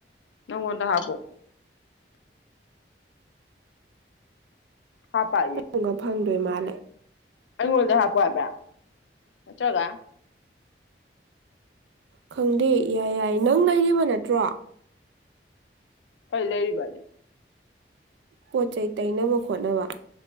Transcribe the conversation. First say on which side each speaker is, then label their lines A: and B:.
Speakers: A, on the left; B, on the right.
A: ꯅꯪꯉꯣꯟꯗ ꯍꯥꯞꯄꯣ ꯍꯥꯞ ꯄꯥꯏꯌꯦ
B: ꯐꯪꯒ ꯐꯪꯗꯣꯏ ꯃꯥꯜꯂꯦ
A: ꯑꯩꯉꯣꯟꯗ ꯍꯥꯞꯄꯣ ꯍꯥꯏꯕ ꯅꯠꯇ꯭ꯔꯒ
B: ꯈꯪꯗꯦ ꯌꯥꯏ ꯌꯥꯏ ꯅꯪ ꯂꯩꯔꯤꯕ ꯅꯠꯇ꯭ꯔꯣ
A: ꯍꯣꯏ ꯂꯩꯔꯤꯕꯅꯤ
B: ꯄꯣꯠ ꯆꯩ ꯇꯩꯅꯕ ꯈꯣꯠꯅꯕ